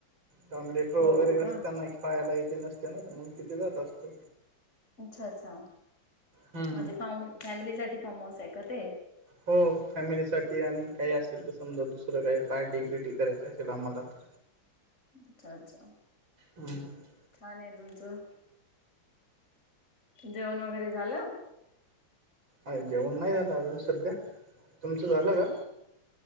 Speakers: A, on the right; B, on the left.
A: काम लेटर वगैरे
B: हो का
A: कसं त्यांना खेळायला येते नसते ना, मंग तिथे जात असतो.
B: अच्छा अच्छा!
A: हम्म.
B: म्हणजे फाम फॅमिली साठी फार्म हाऊसाय का ते?
A: हो फॅमिलीसाठी आणि काही असेल तर समजा दुसरं काही पार्टी बिर्टी करायची असेल आम्हाला तर
B: अच्छा च्छा!
A: हम्म
B: छान ये तुमचं, जेवण वगैरे झालं?
A: अ जेवण नाही झालं अजून सध्या, तुमचं झालं का?